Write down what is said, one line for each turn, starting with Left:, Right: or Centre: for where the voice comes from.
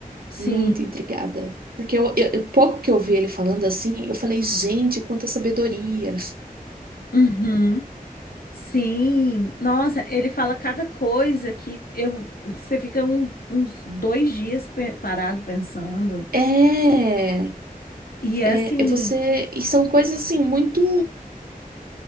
Left: Sim.
Right: muito intrigada. Porque eu, eu, eu- pouco que eu vi ele falando assim, eu falei, gente, quanta sabedoria.
Left: Uhum. Sim. Nossa, ele fala cada coisa que eu você fica um- uns dois dias pe- parado pensando.
Right: É,
Left: E é
Right: é,
Left: assim.
Right: é você. E são coisas assim, muito.